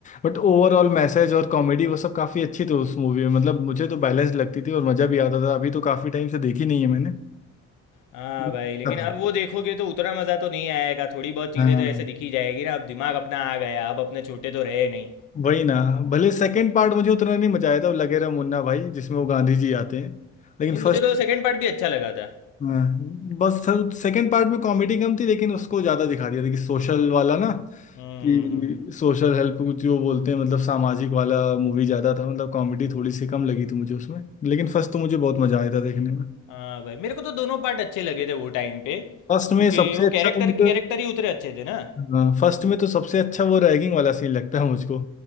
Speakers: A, on the left; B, on the left.
A: बट ओवरऑल मैसेज और कॉमेडी वो सब काफी अच्छी थी उस मूवी में मतलब मुझे तो बैलेंस लगती थी और मजा भी आता था अभी तो काफी टाइम से देखी नहीं है मैंने
B: हाँ
A: देखा
B: भाई लेकिन
A: था
B: अब वो देखोगे तो उतना मज़ा तो नहीं आएगा थोड़ी बहुत चीज़ें
A: हाँ
B: तो ऐसे दिखी जाएगी ना अब दिमाग अपना आ गया अब अपने छोटे तो रहे नहीं
A: वही ना भले सेकंड पार्ट मुझे उतना नहीं मजा आया था वो लगेरा मुन्ना भाई जिसमें वो गांधी जी आते हैं लेकिन
B: नहीं मुझे
A: फर्स्ट
B: तो सेकंड पार्ट भी अच्छा लगा था
A: बस सेकंड पार्ट में कॉमेडी कम थी लेकिन उसको ज्यादा दिखा दिया था कि सोशल वाला ना
B: हम्म हम्म,
A: कि
B: हम्म।
A: सोशल हेल्प जो बोलते हैं मतलब सामाजिक वाला मूवी ज़्यादा था मतलब कॉमेडी थोड़ी सी कम लगी थी मुझे उसमें लेकिन फर्स्ट तो मुझे बहुत मज़ा आया था देखने में
B: हाँ भाई मेरे को तो दोनों पार्ट अच्छे लगे थे वो टाइम पे क्योंकि
A: फर्स्ट में सबसे
B: वो कैरेक्टर
A: अच्छा तो मुझे
B: के कैरेक्टर ही उतने अच्छे थे ना
A: हाँ, फर्स्ट में तो सबसे अच्छा वो रैगिंग वाला सीन लगता है मुझको